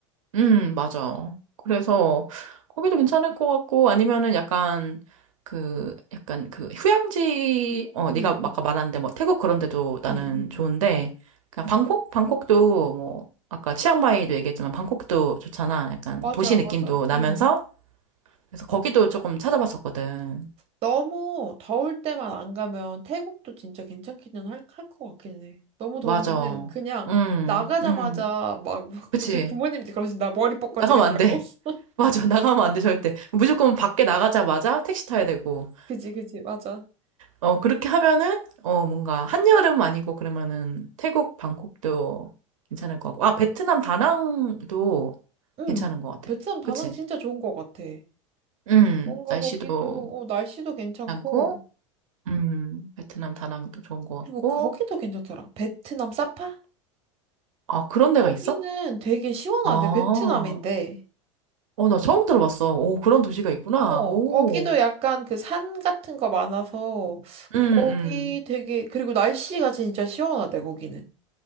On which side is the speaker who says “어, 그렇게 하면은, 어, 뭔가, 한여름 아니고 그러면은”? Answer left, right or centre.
Right